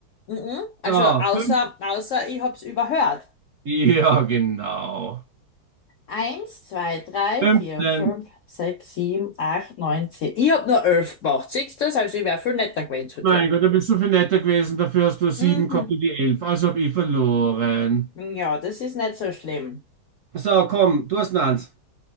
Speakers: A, on the left (about 75°); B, on the right (about 65°).
A: Mhm. Also
B: So,
A: außer,
B: fünf.
A: außer ich hab's überhört.
B: Ja, genau.
A: Eins, zwei, drei,
B: 15.
A: vier, fünf, sechs, sieben, acht, neun, zehn. Ich hab nur elf gemacht. Siehst du das? Also ich wär viel netter gewesen zu dir.
B: Mein Gott, du bist so viel netter gewesen. Dafür hast du sieben,
A: Mhm.
B: 7 gehabt und die 11. Also habe ich verloren.
A: Ja, das ist nicht so schlimm.
B: So, komm, du hast noch eins.